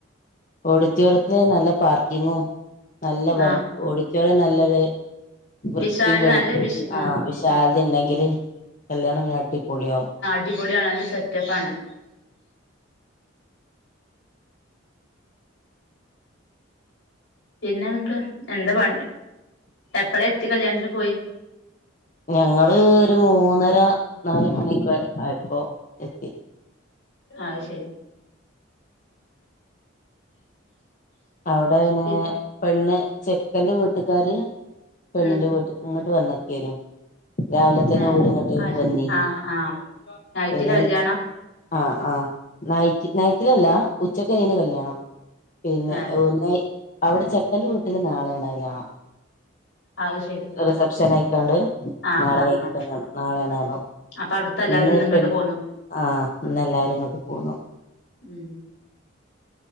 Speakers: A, on the left; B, on the left.
A: ഓഡിറ്റോറിയത്തി നല്ല പാർക്കിങ്ങും നല്ല വ
B: ആ
A: ഓഡിറ്റോറിയം നല്ലൊരു.. വൃത്തിയും
B: വിശാല്
A: വെടിപ്പും
B: നല്ല വിശ ഉം
A: ആഹ വിശാലത ഉണ്ടെങ്കില് കല്യാണം അടി പൊള്യാവും.
B: അടിപൊളിയ നല്ല സെറ്റപ്പ് ആണ്. പിന്നെ എന്താഎന്താ പ എപ്പഴാ എത്തി കല്യാണത്തിന് പോയി.
A: ഞങ്ങള് ഒരു മൂന്നര നാാല മണിക്ക് ആയപ്പോഎത്തി.
B: ആഹ് ശെരി.
A: അവിടെ അയ്ന്
B: പിൻ
A: പെണ്ണ് ചെക്കന്റെ വീട്ടുകാര് പെണ്ണിന്റെ
B: ഉം
A: വീട്ടാ.. ഇങ്ങോട്ട് വന്നക്കേനും. രാവിലെ തന്നെ
B: ഏഹ്
A: ഴ ഇങ്ങോട്ട്
B: അത് ശ
A: വന്നീന്
B: ആഹ് ആഹ് നൈറ്റിലാ
A: വനെ.
B: കല്യാണം
A: ആഹ ആ നൈറ്റ് നൈറ്റിൽല്ല ഉച്ചക്കനീന് കല്യാണം പിന്നെ..
B: ഏഹ് ഏഹ്
A: നൈറ്റ്അവിടെ ചെക്കന്റെ വീട്ടില് നാളെ ണാല
B: അത് ശരി
A: റിസപ്ഷൻ ആയിക്കോണ്ട്
B: ആഹ്
A: നാളെ
B: ആഹ്
A: കഴിക്ക
B: ആഹ്
A: നാളെ ണാലാ
B: അപ്പൊ അവിടുത്തെ എല്ലാവരും
A: ഇന്ന്
B: ഇങ്ങോട്ട്
A: പിന്നെ
B: പോന്നു
A: ആഹ് ഇന്ന് എല്ലാരുംങ്ങോട്ട് പോന്നു
B: ഉം